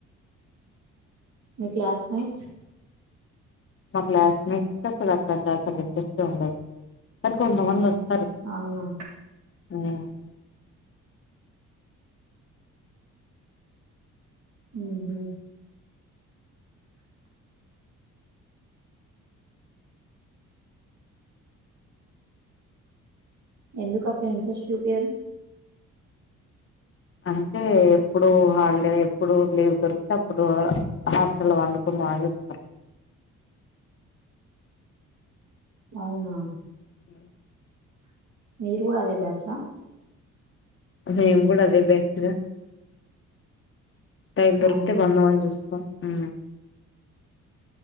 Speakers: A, on the right; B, on the left.
A: మీ క్లాస్ మెంట్స్
B: మా క్లాస్ మెంట్స్ కి అసలు అట్లా అసలు ఇంట్రెస్టే ఉండదు కాని కొంతమంది వస్త్
A: అవునా
B: ఉమ్
A: హుహూ ఎందుకు అట్ల ఇంట్రెస్ట్ చూపియరు
B: అంటే ఎప్పుడు హాలిడే ఎప్పుడు లీవ్ దొరికితే అప్పుడు హాస్టల్ వండుకున్ వాయబ్బ
A: అవునా
B: ఆ
A: మీరు కూడా అదే బ్యాచా
B: మేం కూడా అదే బ్యాచ్ టైం దొరికితే
A: అవునా
B: వందాం అని చూస్తాం ఉ